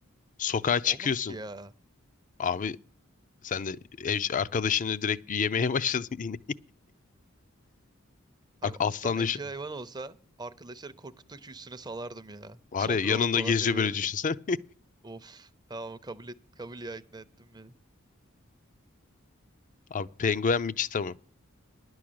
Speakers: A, on the left; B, on the right.
A: Sokağa çıkıyorsun.
B: Olmaz ki ya.
A: Abi Sen de eş, arkadaşını direkt yemeye <laughs> başladın yine.
B: Abi
A: Bak
B: aslan
A: aslan
B: evcil
A: düşün.
B: hayvan olsa arkadaşları korkuttukça üstüne salardım ya.
A: Var
B: Saldır
A: ya yanında
B: oğlum falan
A: geziyor
B: diye böyle.
A: böyle düşünsene.
B: <laughs> Of tamam kabul et, kabul ya ikna ettin beni.
A: <laughs> Abi penguen mi çita mı?